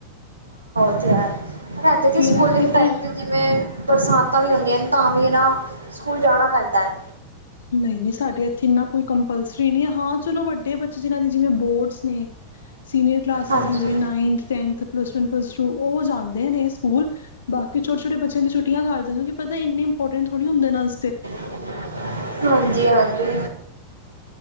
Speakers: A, on the right; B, on the left.
A: ਔ ਤੇ ਹੈ। ਰਾਤੀ
B: ਫਿਰ
A: ਤੇ ਸਕੂਲਿੰਗ
B: ਇੱਥੇ
A: ਟਾਈਮ
B: ਫਿਰ
A: ਤੇ ਜਿਵੇਂ ਬਰਸਾਤਾਂ ਵੀ ਹੁੰਂਦੀਆਂ ਨ, ਤਾਂ ਵੀ ਨਾ ਸਕੂਲ ਜਾਣਾ ਪੈਂਦਾ ਹੈ।
B: ਨਹੀਂ ਨਹੀਂ ਸਾਡੇ ਇੱਥੇ ਇਨਾ ਕੋਈ ਕੰਪਲਸਰੀ ਨਹੀਂ ਐ, ਹਾਂ ਚਲੋ ਵੱਡੇ ਬੱਚੇ ਜਿਨ੍ਹਾਂ ਦੇ ਜਿਵੇਂ ਬੋਰਡਸ ਨੇ ਸੀਨੀਅਰ ਕਲਾਸਿਸ
A: ਹਾਂਜੀ
B: ਨੇ ਜਿਵੇਂ ninth tenth plus one plus two, ਔ ਜਾਂਦੇ ਨੇ ਸਕੂਲ ਬਾਕੀ ਛੋਟੇ ਛੋਟੇ ਬੱਚਿਆਂ ਦੇ ਛੋਟ ਛੁਟਿਆ ਹਰ ਜਗਹ ਹੁੰਦੀ, ਪਤਾ ਇਨੀ ਇੰਪੋਰਟੈਂਟ ਥੋੜੀ ਹੁੰਦੇ ਇੰਨਾ ਵਾਸਤੇ।
A: ਹ <unintelligible> ਹਾਂਜੀ ਹਾਂਜੀ